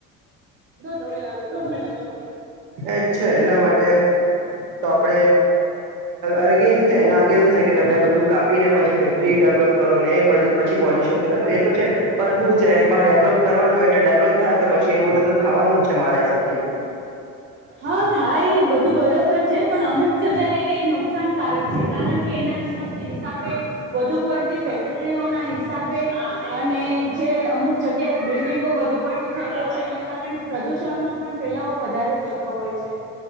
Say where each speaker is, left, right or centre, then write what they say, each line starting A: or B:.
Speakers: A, on the right; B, on the right.
A: દોઢ મહિના દોઢ મહિનાની સવા
B: એ જ છે એના માટે તો આપડે અગેન્ છે એના અગેન્સ્ટ છે કે તમે બધું કાપીને પછી ફેક્ટરી ડેવલપ કરો ને એ બધું પછી પોલ્યુશન કરે તો એ તો છે પણ હું છે એમાં ડેવલોપ કરવાનું એટલે ડેવલપ થાય તો પછી એવ બધું તો થવાનું જ છે મારા હિસાબથી
A: હા થાય એ બધું બરોબર છે પણ અમુક જગ્યાએ એ નુકસાનકારક છે કારણ કે એના હિસાબે વધુ પડતી સટરીઓ ના હિસાબે અને જે અમુક જગ્યાએ બિલ્ડીંગો વધુ પડતી થઈ ગઈ છે. એના કારણે પ્રદુષણનોો પણ ફેલાવો વધારે થતો હોય છે.